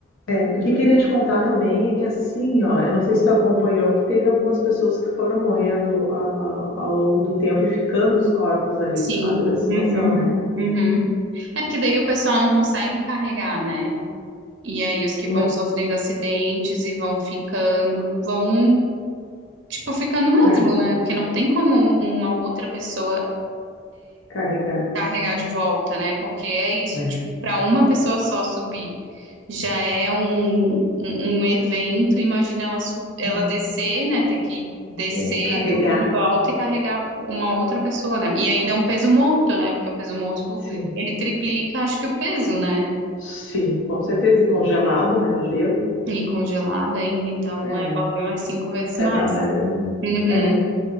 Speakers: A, on the left; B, on the right.
A: é, o que queria te contar também é que assim, ó, eu não sei se tu acompanhou que teve algumas pessoas que foram morrendo ah, ao longo do tempo e ficando os corpos ali,
B: Sim.
A: tu sabe da situação,
B: Uhum,
A: né?
B: uhum. É porque daí o pessoal não consegue carregar, né? E aí os que
A: Uma,
B: vão sofrendo acidentes e vão ficando, vão, tipo, ficando mesmo,
A: é,
B: né? Porque não tem como um, uma outra pessoa.
A: carregar.
B: carregar de volta, né? Porque é isso,
A: né?
B: tipo, para uma pessoa só subir já é um, um, um evento. Imagina ela, sub- ela
A: É,
B: descer, né? Ter que descer
A: e aí, carregar,
B: tudo de volta e carregar uma outra pessoa, né? E ainda é um peso morto, né? Porque o peso morto
A: sim.
B: ele triplica, acho que o peso, né?
A: Sim, com certeza. E congelado, né? O gelo.
B: E congelado ainda, então
A: É,
B: é bota aí umas cinco vezes
A: pesa
B: mais.
A: mais ainda.
B: Uhum.
A: É.